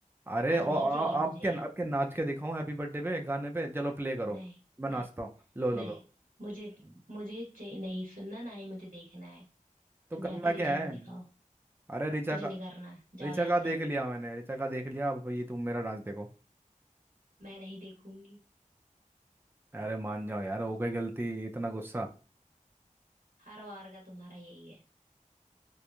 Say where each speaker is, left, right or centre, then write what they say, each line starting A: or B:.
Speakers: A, on the right; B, on the right.
A: अरे
B: अब
A: और
B: नहीं चाहिए
A: आपके
B: मुझे
A: आपके नाच के दिखाऊं हैप्पी बर्थडे पे गाने पे चलो प्ले करो
B: नहीं
A: मैं
B: नहीं
A: नाचता हूँ लो लो
B: नहीं
A: लो
B: मुझे मुझे चाहिए नहीं सुनना ना ही मुझे देखना है
A: तो
B: तुम
A: करना
B: जाके रिचा
A: क्या है
B: को दिखाओ
A: अरे ऋचा
B: कुछ
A: का
B: नहीं करना है जाओ
A: ऋचा
B: यहाँ
A: का
B: से
A: देख लिया मैंने ऋचा का देख लिया अब ये तुम मेरा डांस देखो
B: मैं नहीं देखूंगी
A: अरे मान जाओ यार हो गई गलती इतना गुस्सा
B: हर बार का तुम्हारा यही है